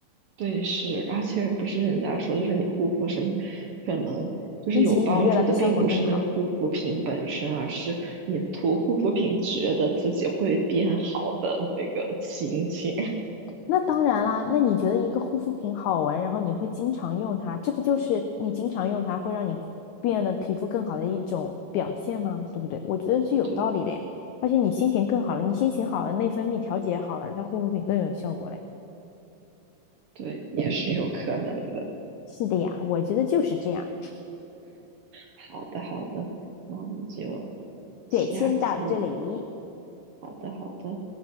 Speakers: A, on the right; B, on the left.
A: 对，是，而且不是人家说，就是你护肤什么，可能就是有帮助的，
B: 心情愉悦了，它效果更好。
A: 并不是那个护肤品本身，而是你涂护肤品觉得自己会变好的那个心情。<laughs>
B: 那当然啦，那你觉得一个护肤品好闻，然后你会经常用它，这不就是你经常用它会让你变得皮肤更好的一种表现吗？对不对？我觉得是有道理的呀。
A: 对
B: 而且你心情更好了，你心情好了，内分泌调节好了，它护肤品更有效果嘞。
A: 对，也是有可能的。
B: 是的呀，我觉得就是这样。
A: 好的，好的，那我们就下次，
B: 对，先到这里。
A: 好的，好的。